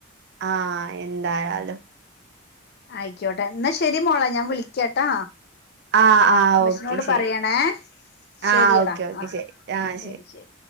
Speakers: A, on the right; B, on the left.
A: ആഹ എന്തായാലും,
B: ആയിക്കോട്ടെ എന്നാ ശരി മോളാ ഞാൻ വിളിക്കാട്ടാ,
A: ആഹ് ആഹ്
B: മ്മച്ചിനോട്
A: ഓക്കെ
B: പറയണേ?
A: ശരി
B: ശരിയടാ
A: ആഹ് ഓക്കെ ഓക്കെ
B: ആഹ
A: ശരി ആഹ്
B: ശരി ശരി